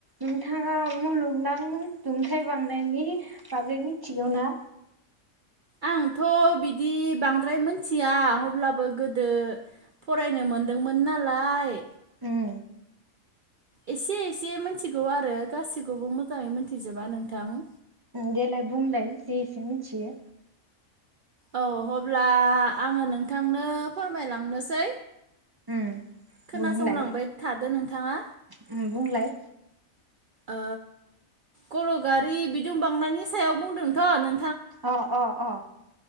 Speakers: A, on the right; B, on the right.
A: नोंथाङा मुलुगनां दुंथाय बांनायनि बागै मिथिगौ ना?
B: आंथ' बिदि बांद्राय मोनथिया अब्लाबो गोदो फरायनो मोनदोंमोन नालाय
A: उम
B: एसे एसे मिथिगौ आरो गासिखौबो मोजाङै मोनथिजोबा नोंथां।
A: देलाय बुंलाय जि एसे मिथियो
B: औ अब्ला आङो नोंथांनो फोरमायलांनोसै
A: उम
B: खोनासंलांबाय
A: बुंलाय
B: थादो नोंथाङा
A: उम बुंलाय
B: ओ कलगारि बिदुं बांनायनि सायाव बुंदोंथ' नों
A: अ अ अ